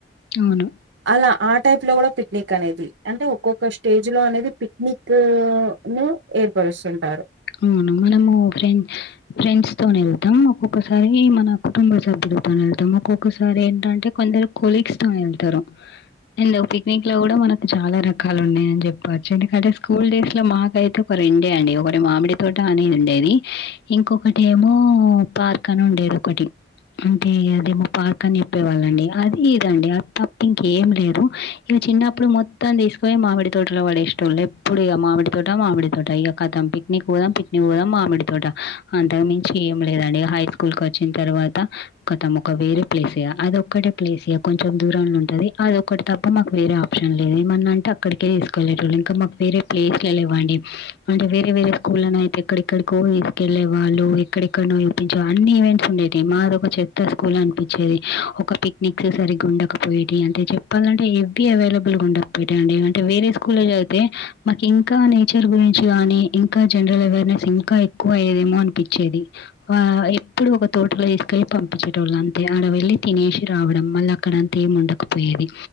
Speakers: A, on the left; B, on the right.
A: అవును
B: అలా ఆట్ టైప్ లో కూడా పిక్నిక్ అనేది అంటే ఒక్కొక్క స్టేజ్ లో అనేది పిక్నిక్ ను ఏర్పడుతు చూస్తుఉంటారు
A: అవును మనము ఫ్రెండ్స్ ఫ్రెండ్స్ తోనే ఉంటామ్ ఒక్కొ ఒక్కసారి ఈ మన కుటుంబ సభ్యులతో వెళ్తాము ఒక్కొ ఒక్కసారి ఏంట అంటే కొంద కొలీగ్స్ తోనే వెళ్తారు ఎందు పిక్నిక్ లో కూడా మనకు చాలా రకాలు ఉన్నాయ అని చెప్పవచ్చు ఎందుకంటే స్కూల్ డేస్ లో మాక్ అయితే పిండే అండి ఒకడ్ అంటే మామిడి తోట అనేది ఉండేది ఇంకొ బకటి ఏమో పార్క్ అని ఉండేది ఒకటి అంటే ఇగ అదేమో పార్క్ అని చెప్పేవాళ్ళ అండి అది ఇద అండి ఇగ తప్ప ఇంకేం లేదు చిన్న అప్పుడు మొత్తం తీసుకోపోయి మామిడి తోటలో పడేస్తు ఉండు ఎప్పుడు ఇగ మామిడి తోట మామిడి తోట ఇక కదంపి పిక్నిక్ పోదాం పిక్నిక్ పోదాం మామిడి తోట అంత మించి ఏమ్ లేద అండి ఇగ హై స్కూల్ కోచ్చిన తర్వాత కతం ఒక వేరే ప్లేశయా అదొ ఒక్కటే ప్లేశయా కొంచెం దూరంలో ఉంట అది అదొ ఒక్కటి తప్ప మాకు వేరే ఆప్ షన్ లేదు ఏమ అంటే అక్కడికే తీసుకెళ్లేటోల్లు ఇంకా మాకు వేరే ప్లేస్లే లేవఅండి అంటే వేరే వేరే స్కూల్ లన అయితే ఎక్కడ్ ఎక్కడ్ కో తీసుకెళ్లే వాళ్ళు ఎక్కడ ఎక్కడనో చూపించ అన్ని ఈవెంట్స్ ఉండేటి మాది ఒక చెట్ట పెద్ద స్కూల్ అనిపించేది ఒక పిక్నిక్ సరిగ్గ ఉండకపోయేటి అంటే చెప్పాల అంటే ఎవ్వి అవైలబుల్ కల్లుగుండపోయి తాయి అండి అంటే వేరే స్కూల్ల్లో చదివితే మాకు ఇంకా నేచర్ గురించి కాని ఇం ఇంకా జనరల్ అవేర్నెస్ ఇంకా ఎక్కువ అయ్యేదేమో అనిపిచ్చేది ఆ ఎప్పుడు ఒక తోటలో ఏస్తే పంపించేటోళ్ళు అంతే ఆడ వెళ్ళి తినేసి రావడం మళ్ళీ అక్కడ అంతా ఏం ఉండకపోయేది